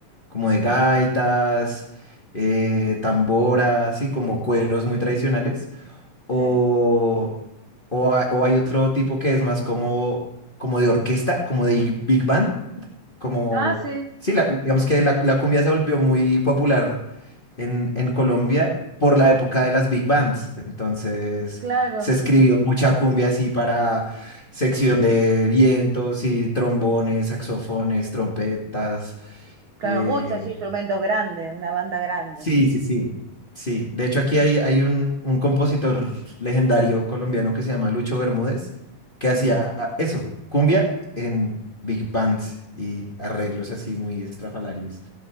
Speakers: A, on the left (about 25°); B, on the right (about 70°).
A: como
B: Sí,
A: de gaitas, eh, tamboras, así como cueros muy tradicionales, O,
B: sí.
A: o, hay o hay otro tipo que es más como, como de orquesta, como de big band, como...
B: Ah, sí,
A: Sí, la- digamos que la, la cumbia se volvió muy popular en, en Colombia por la época de las big bands. Entonces
B: claro.
A: se escribió mucha cumbia así para sección de vientos y trombones, saxofones, trompetas.
B: Claro,
A: eh,
B: muchos instrumentos grandes, una banda grande.
A: Sí, sí, sí. Sí. De hecho, aquí hay, hay un, un compositor legendario colombiano que se llama Lucho Bermúdez, que
B: Sí.
A: hacía eso, cumbia en big bands y arreglos así muy estrafalarios.